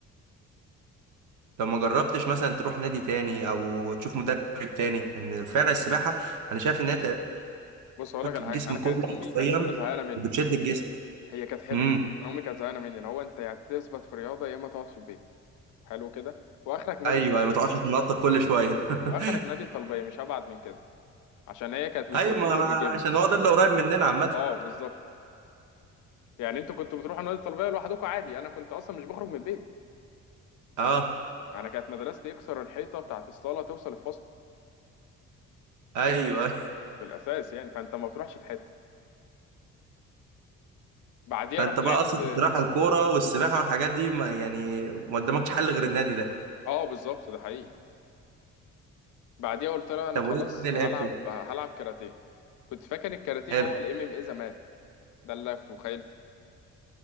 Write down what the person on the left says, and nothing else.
بص هقول لك على
حاجه انا
كانت امي
كانت امي زهقانه مني
هي كانت حلوه
انا امي كانت زهقانه مني اللي هو انت يا تثبت في رياضه يا اما تقعد في البيت حلو كده واخرك نادي
الطلبيه
واخرك
نادي الطلبيه مش هبعد من كده عشان هي كانت بتوديني
وبتجيبني
اه بالظبط يعني انتوا كنتوا بتروحوا نادي الطلبيه لوحدكم عادي انا كنت اصلا مش بخرج من البيت
انا كانت مدرستي اكسر الحيطه بتاعت الصاله توصل الفصل
في الاساس يعني فانت ما بتروحش في حته
بعديها
رحت
لعبت
اه بالظبط ده حقيقي بعديها قلت لها انا
خلاص
هلعب هلعب كاراتيه كنت فاكر الكاراتيه
هو الام ام اي زمان ده اللي في مخيلتي